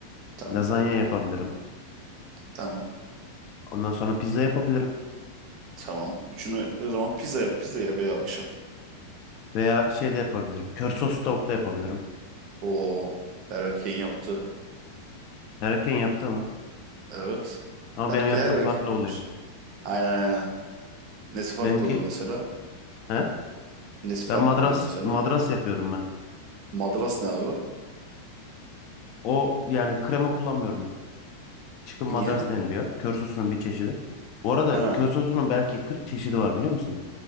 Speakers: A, on the right (about 40°); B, on the left (about 40°).
A: tamam.
B: Lazanya yapabilirim.
A: Tamam.
B: Ondan sonra pizza yapabilirim.
A: Tamam. Üçünü o zaman pizza yap. Pizza yap ya akşam.
B: Veya şey de yapabilirim. Kör sos tavuk da yapabilirim.
A: Oo. Her erkeğin yaptığı.
B: Herkesin yaptığı mı?
A: Evet.
B: Ama
A: Erke,
B: benim yaptığım
A: her erkek
B: farklı oluyor.
A: yapar. Aynen aynen. Nesi farklı
B: Benimki
A: oluyor mesela?
B: he?
A: Nesi farklı
B: Ben madras
A: oluyor mesela?
B: madras yapıyorum ben.
A: Madras ne abi?
B: O yani krema kullanmıyorum hiç. Çıkın madras
A: Niye?
B: deniliyor. Kör sosunun bir çeşidi. Bu arada
A: Ha.
B: kör sosunun belki 40 çeşidi var biliyor musun?